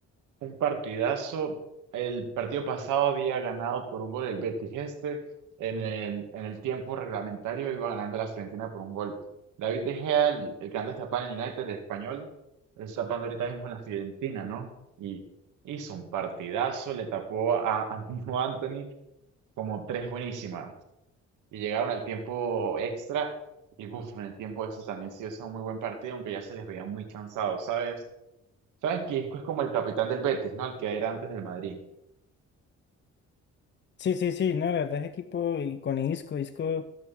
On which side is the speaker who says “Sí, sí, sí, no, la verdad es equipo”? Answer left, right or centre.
Left